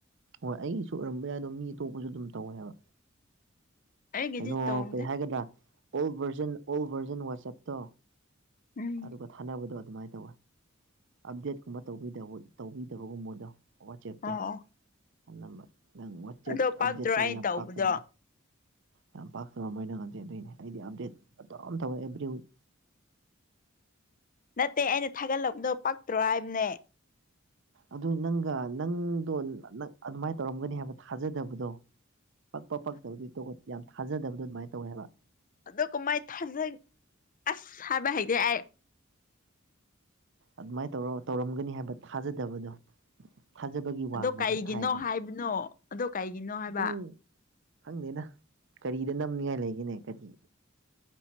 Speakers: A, on the right; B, on the left.
A: ꯍꯣꯏ ꯑꯩꯁꯨ ꯑꯣꯏꯔꯝꯕ ꯌꯥꯗꯣ ꯃꯤ ꯑꯇꯣꯞꯄꯁꯨ ꯑꯗꯨꯝ ꯇꯧꯋꯦ ꯍꯥꯏꯕ
B: ꯑꯩꯒꯤꯗꯤ
A: ꯀꯩꯅꯣ
B: ꯇꯧꯗꯦ
A: ꯀꯩ ꯍꯥꯏꯒꯗ꯭ꯔꯥ ꯑꯣꯜ ꯚꯔꯖꯟ ꯑꯣꯜ ꯚꯔꯖꯟ ꯋꯥꯆꯞꯇꯣ
B: ꯎꯝ
A: ꯑꯗꯨꯒ ꯊꯥꯅꯕꯗꯣ ꯑꯗꯨꯃꯥꯏꯅ ꯇꯧꯋꯦ ꯑꯞꯗꯦꯠꯀꯨꯝꯕꯧꯕ ꯇꯧꯕꯤꯗꯕꯒꯨꯝꯕꯗꯣ ꯋꯥꯆꯦꯞꯇꯣ
B: ꯑꯣ ꯑꯣ
A: ꯑꯅꯝꯕ ꯅꯪ ꯋꯥꯦꯞ
B: ꯑꯗꯣ ꯄꯛꯇ꯭ꯔꯣ
A: ꯑꯗꯦ
B: ꯑꯩꯅ
A: ꯌꯥꯝ
B: ꯇꯧꯕꯗꯣ
A: ꯄꯥꯀꯅꯣ ꯌꯥꯝ ꯄꯥꯛꯇꯔꯝꯃꯣꯏꯅ ꯈꯟꯖꯦ ꯑꯗꯨꯣꯏꯅꯦ ꯑꯩꯗꯤ ꯑꯞꯗꯦꯠꯧ ꯇꯧꯋꯦ ꯑꯦꯕ꯭ꯔꯤ ꯋꯤꯛ
B: ꯅꯠꯇꯦ ꯑꯩꯅ ꯊꯥꯒꯠꯂꯛꯄꯗꯣ ꯄꯛꯇ꯭ꯔꯣ ꯍꯥꯏꯕꯅꯦ
A: ꯑꯗꯨ ꯅꯪꯒ ꯅꯪꯗꯣ ꯑꯗꯨꯃꯥꯏꯅ ꯇꯧꯔꯝꯒꯅꯤ ꯍꯥꯏꯕ ꯊꯥꯖꯗꯕꯗꯣ ꯄꯛꯄ ꯄꯛꯇꯕꯗꯤ ꯇ ꯌꯥꯝ ꯊꯥꯖꯗꯕꯗꯣ ꯑꯗꯨꯃꯥꯏꯅ ꯇꯧꯋꯦꯕ
B: ꯑꯗꯣ ꯀꯃꯥꯏ ꯊꯥꯖ ꯑꯁ ꯍꯥꯏꯕ ꯍꯥꯏꯗꯤ ꯑꯩ
A: ꯑꯗꯨꯃꯥꯏꯅ ꯇꯧꯔ ꯇꯧꯔꯝꯒꯅꯤ ꯍꯥꯏꯕ ꯊꯥꯖꯗꯕꯗꯣ ꯊꯥꯖꯕꯒꯤ ꯋꯥꯡꯃꯗ
B: ꯑꯗꯣ ꯀꯩꯒꯤꯅꯣ
A: ꯍꯥꯏꯅ
B: ꯍꯥꯏꯕꯅꯣ ꯑꯗꯣ ꯀꯩꯒꯤꯅꯣ ꯍꯥꯏꯕ
A: ꯑꯗꯨꯝ ꯈꯪꯗꯦꯅ ꯀꯔꯤꯗ ꯅꯝꯅꯤꯉꯥꯏ ꯂꯩꯒꯦꯅꯦ ꯀꯔꯤ